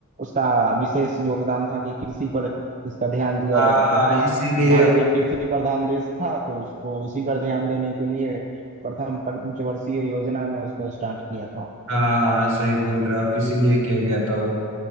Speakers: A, on the right; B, on the right.
A: उसका विशेष योगदान था कि कृषि पर इसका ध्यान दिया
B: हाँ
A: जाए क्योंकि
B: हाँ इसीलिए
A: भारत एक कृषि प्रधान देश था तो उसको उसी पर ध्यान देने के लिए प्रथम पंचवर्षीय योजना में उसको स्टार्ट किया था
B: हाँ हाँ सही बोल रहे हो आप इसीलिए किया गया था वो